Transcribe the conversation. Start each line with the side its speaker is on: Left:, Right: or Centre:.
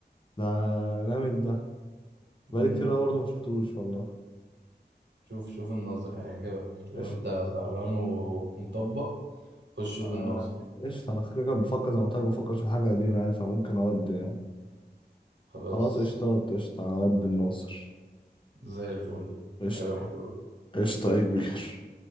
Left: ده جامد ده
Right: مم،
Left: بقالي كتير قوي برضه ما شفتوش والله
Right: شوف شوف الناظر هيعجبك لو
Left: قشطة
Right: انت سهران و- ومطبق خش شوف
Left: انا
Right: الناظر
Left: قشطة انا كده كده بفكر زي ما قلت لك بفكر اشوف حاجة قديمة يعني فممكن اودي يعني
Right: خلاص
Left: خلاص قشطة قشطة عبد الناصر
Right: زي الفل
Left: قشطة
Right: هيبقى حلو أوي.
Left: قشطة يا كبير